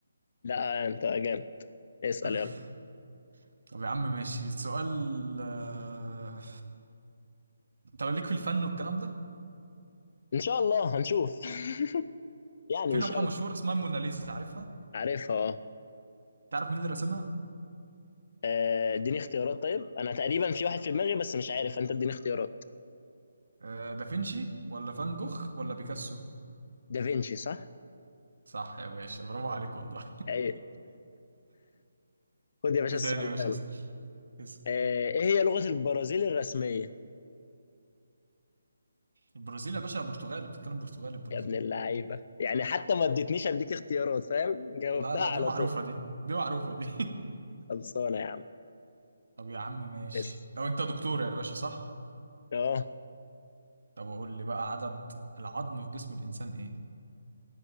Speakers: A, on the left; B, on the right.
A: لا أنت جامد اسأل
B: <laughs>
A: يلا
B: طب يا عم ماشي سؤال آه، طب ليك في الفن والكلام ده
A: إن شاء الله هنشوف <laughs> يعني
B: في
A: مش
B: لوحة
A: قوي
B: مشهورة اسمها الموناليزا عارفها
A: عارفها اه
B: تعرف مين اللي رسمها
A: آه، اديني اختيارات طيب أنا تقريبا في واحد في دماغي بس مش عارف أنت اديني اختيارات
B: آه، دافنشي ولا فان جوخ ولا بيكاسو
A: دافينشي صح؟
B: صح يا باشا برافو عليك والله
A: أيوه خد يا باشا
B: ايه
A: السؤال
B: تاني يا
A: ده
B: باشا
A: يلا
B: اسأل اسأل
A: آه، إيه هي لغة البرازيل الرسمية؟
B: البرازيل يا باشا برتغالي بتتكلم برتغالي البرازيل
A: يا ابن اللعيبة يعني حتى ما اديتنيش أديك اختيارات فاهم؟ جاوبتها
B: لا لا
A: على
B: دي معروفة
A: طول
B: دي دي معروفة دي
A: خلصانة يا عم
B: <laughs> طب يا عم ماشي
A: اسأل
B: طب انت دكتور يا باشا صح
A: أه
B: طب قول لي بقى عدد العظم في جسم الانسان ايه